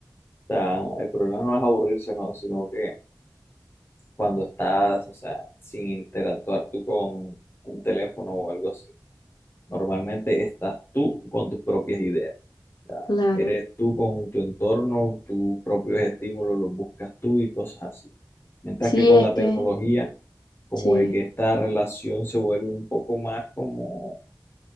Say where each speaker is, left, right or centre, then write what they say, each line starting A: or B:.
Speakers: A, on the left; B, on the left.
A: o sea, el problema no es aburrirse, no, sino que cuando estás, o sea, sin interactuar tú con un teléfono o algo así. Normalmente estás tú con tus propias ideas. O sea,
B: Claro.
A: eres tú con tu entorno, tus propios estímulos los buscas tú y cosas así. Mientras
B: Sí,
A: que con
B: es
A: la
B: que,
A: tecnología, como
B: sí.
A: de que esta relación se vuelve un poco más como,